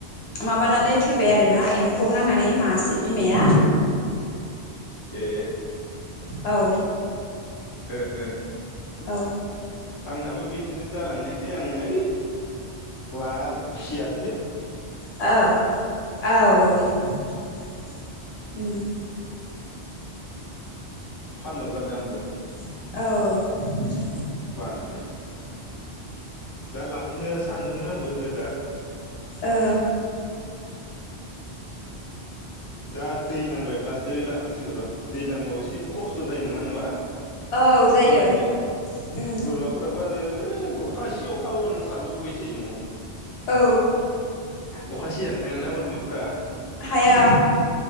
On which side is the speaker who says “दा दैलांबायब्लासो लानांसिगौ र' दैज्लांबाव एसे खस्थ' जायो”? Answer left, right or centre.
Left